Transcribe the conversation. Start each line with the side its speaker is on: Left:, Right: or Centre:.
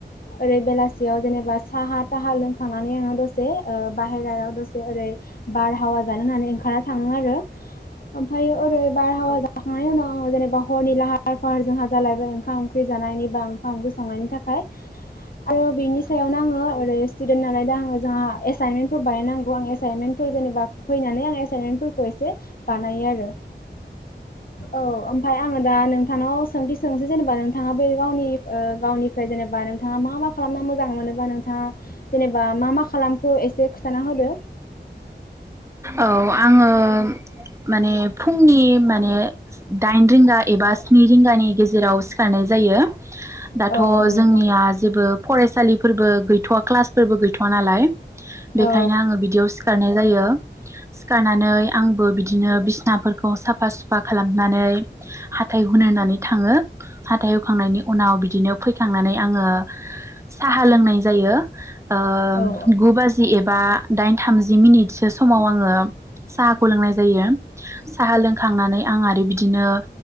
Left: ओरै बेलासियाव जेनेबा साहा थाहा लोंखांनानै आङो दसे ओ बाहेरायाव दसे ओरै बारहावा जानो होननानै ओंखारना थाङो आरो ओमफ्रायो ओरै बारहावा जाखांनायनि उनाव आ जेनेबा हरनि लाहार फाहार जोंहा जालायबाय ओंखाम ओंख्रि जानायनि बा ओंखाम ओंख्रि संनायनि थाखाय आरो बिनि सायावनो आङो ओरै स्टुडेन नालाय दा आङो जोंहा एसाइनमेन्टफोर बायनांगौ आं एसाइनमेन्टफोर जेनेबा फैनानै आं एसाइनमेन्टफोरखौ एसे बानायो आरो औ ओमफ्राय आङो दा नोंथ नोंथानाव सोंथि सोंसै जेनेबा नोंथाङा बे गावनि गावनिफ्राय जेनेबा नोंथाङा मा मा खालामना मोजां मोनोबा नोंथाङा जेनेबा मा मा खालामखो एसे खिथाना होदो
Right: औ आङो माने फुंनि माने दाइन रिंगा एबा स्नि रिंगानि गेजेराव सिखारनाय जायो
Left: औ
Right: दाथ'
Left: औ नोंथां
Right: जोंनिया जेबो फरायसालिफोरबो गैथ'वा क्लासफोरबो गैथ'वा नालाय बेखायनो
Left: औ
Right: आङो बिदियाव सिखारनाय जायो सिखारनानै आंबो बिदिनो बिसनाफोरखौ साफा सुफा खालामनानै हाथाइ हुनो होननानै थाङो हाथाइ हुखांनायनि उनाव बिदिनो फैखांनानै आङो साहा लोंनाय जायो ओ
Left: औ
Right: गु बाजि एबा दाइन थामजि मिनिटसो समाव आङो साहाखौ लोंनाय जायो साहा लोंखांनानै आं आरो बिदिनो